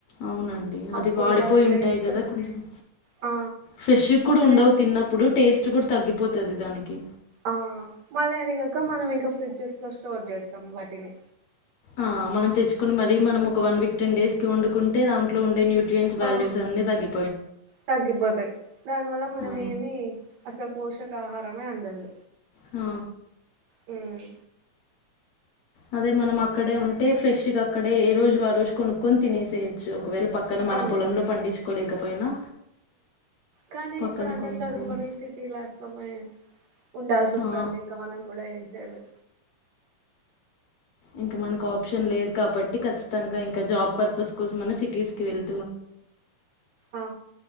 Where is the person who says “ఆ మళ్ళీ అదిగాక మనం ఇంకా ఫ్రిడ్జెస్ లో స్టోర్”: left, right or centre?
Right